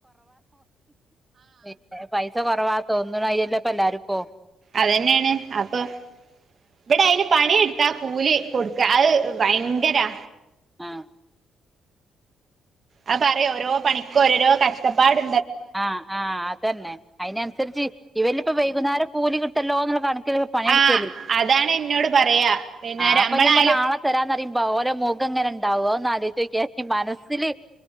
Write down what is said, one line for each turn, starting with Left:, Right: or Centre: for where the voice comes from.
Centre: പിന്നെ പൈസ കൊറവാ തോന്ന അയല്ലപ്പ എല്ലാരും ഇ പോ
Right: അതന്നെയാണ് അപ്പൊ ഇവിടെ അതിന് പണിയെടുത്താ കൂലി കൊടുക്ക അത് ഭയങ്കരാ
Centre: ആഹ
Right: അത് പറ ഓരോ പണിക്കും ഓരോരോ കഷ്ടപ്പാട്
Centre: ആഹ് ആഹ് അതന്നെ അതിനനുസരിച്ച് ഇവരി ഇപ്പൊ വൈകുന്നേരം കൂലി കിട്ടല്ലോന്നുള്ള കാണ
Right: ആഹ് അതാണ് എന്നോട് പറയാ പിന്നെ
Centre: ണെടുക്കൊ
Right: നമ്മളായാലും
Centre: നാളെ തരാന്ന ഓരോ മുഖ എങ്ങനെ ഉണ്ടാവോന്ന്ാല ചോക്കാ മനസ്സില്